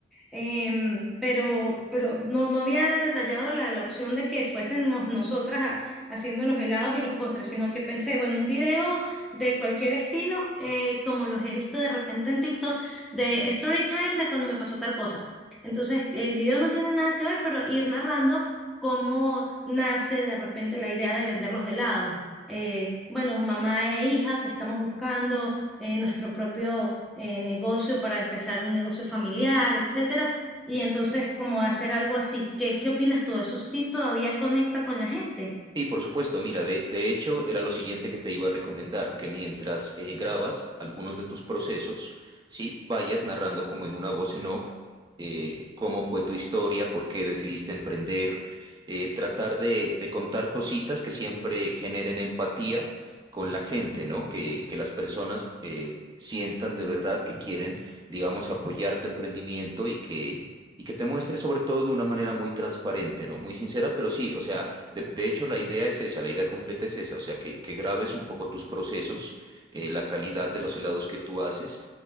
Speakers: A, in the centre; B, on the right.
A: em, pero, pero no, no había detallado la, la opción de que fuésemos nosotras a- haciendo los helados y los postres, sino que pensé, bueno, un video de cualquier estilo, eh, como los he visto de repente en TikTok, de story time de cuando me pasó tal cosa. Entonces, el video no tiene nada que ver, pero ir narrando cómo nace de repente la idea de vender los helados. Eh, bueno, mamá e hija que estamos buscando eh, nuestro propio eh, negocio, para empezar un negocio familiar, etcétera. Y entonces, como hacer algo así. ¿Qué, qué opinas tú? ¿Eso sí todavía conecta con la gente?
B: Sí, por supuesto. Mira, de, de hecho era lo siguiente que te iba a recomendar, que mientras eh, grabas algunos de tus procesos, sí, vayas narrando como en una voz en off eh, cómo fue tu historia, por qué decidiste emprender, eh, tratar de, de contar cositas que siempre generen empatía con la gente, ¿no? Que, que las personas eh, sientan de verdad que quieren, digamos, apoyar tu emprendimiento y que, y que te muestres sobre todo de una manera muy transparente, ¿no? Muy sincera, pero sí, o sea de, de hecho, la idea es esa, la idea completa es esa, o sea, que, que grabes un poco tus procesos, eh, la calidad de los helados que tú haces